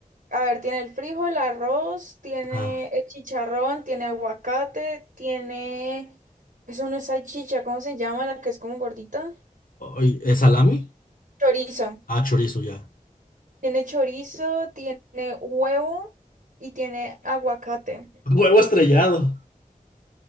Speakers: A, on the right (about 80°); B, on the left (about 75°).
A: a ver, tiene el frijol, el arroz, tiene
B: Ah,
A: el chicharrón, tiene aguacate, tiene, eso no es salchicha, ¿cómo se llama? La que es como gordita.
B: oy, ¿es salami?
A: Chorizo.
B: Ah, chorizo ya.
A: Tiene chorizo, tiene huevo y tiene aguacate.
B: Huevo estrellado.